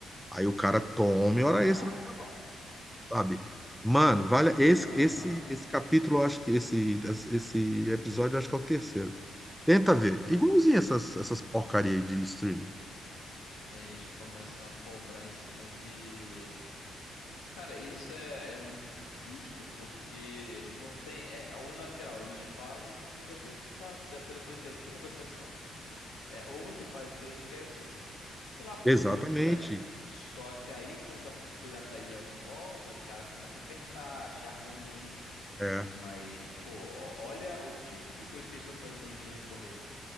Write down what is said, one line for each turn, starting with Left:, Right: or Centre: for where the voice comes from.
Centre: Aí o cara tome
Left: Caraca.
Centre: hora extra no trabalho, sabe? Mano, vale esse
Left: Aham.
Centre: esse esse capítulo, eu acho que esse esse episódio, eu acho que é o terceiro. Tenta ver. Igualzinho essas essas porcaria aí de streaming.
Left: Eles começam a cobrar em cima de. Cara, isso é, é muito injusto, porque não tem. É unilateral. Eles fazem, você tem que aceitar. Você vai poder fazer o quê? Não tem negociação. É, ou você faz o que eles querem, ou você, sei lá, procura
Centre: Exatamente.
Left: em outros lugares. Só que aí, quando a pirataria volta, os caras começam a apertar, achar ruim.
Centre: É.
Left: Mas, pô, ó- olha o tipo de coisa que eles estão fazendo a gente recorrer.